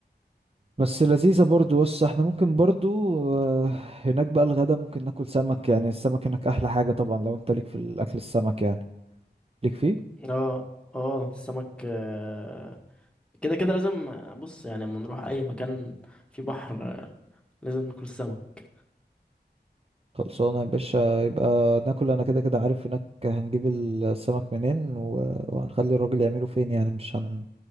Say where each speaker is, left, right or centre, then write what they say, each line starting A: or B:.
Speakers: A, on the right; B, in the centre.
A: بس لذيذه برضو بس احنا ممكن برضو آه هناك بقى الغدا ممكن ناكل سمك يعني السمك هناك احلى حاجه طبعا لو انت ليك في الاكل السمك يعني ليك فيه
B: اه اه السمك آه، كده كده لازم بص يعني لما نروح اي مكان في بحر آه، لازم ناكل سمك
A: خلصانه يا باشا يبقى ناكل انا كده كده عارف هناك هنجيب السمك منين و- وهنخلي الراجل يعمله فين يعني مش هن